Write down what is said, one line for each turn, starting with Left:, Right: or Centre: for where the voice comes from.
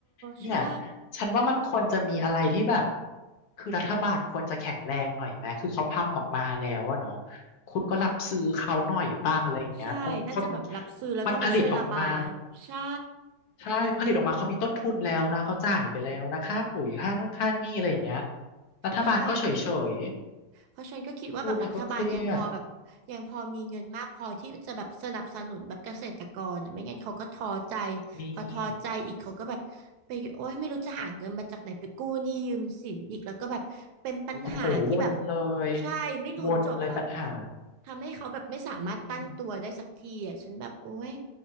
Left: เนี่ย
Right: ใช่
Left: ฉันว่ามันควรจะมีอะไรที่แบบคือรัฐบาลควรจะแข็งแรงหน่อยไหมคือเขาทำออกมาแล้วอะเนาะคุณก็รับซื้อเขาหน่อยป้าอะไรอย่างเงี้ยเพราะคน
Right: ใช่น่าจะแบบรับซื้อแล้วก็มาช่วยระบายใช่
Left: มันผลิตออกมา ใช่ผลิตออกมาเขามีต้นทุนแล้วนะเขาจ่ายไปแล้วนะค่าปุ๋ยค่านู่นค่านี่อะไรอย่างเงี้ยรัฐบาลก็เฉย
Right: ใช่ เพราะฉันก็คิดว่าแบบรัฐบาลยังพอแบบยังพอมีเงินมากพอที่จะแบบสนับสนุนแบบเกษตรกรอ่ะไม่งั้นเขาก็ท้อใจ
Left: ๆพูดแล้วก็เครียดมี
Right: พอท้อใจอีกเขาก็แบบไปโอ๊ยไม่รู้จะหาเงินมาจากไหนไปกู้หนี้ยืมสินอีกแล้วก็แบบเป็นปัญหาที่แบบ
Left: โอ้โหวนเลย
Right: ใช่ไม่รู้จบอ่ะ
Left: วนเลยปัญหา
Right: ทำให้เขาแบบไม่สามารถตั้งตัวได้สักทีอ่ะฉันแบบโอ๊ย
Left: อืม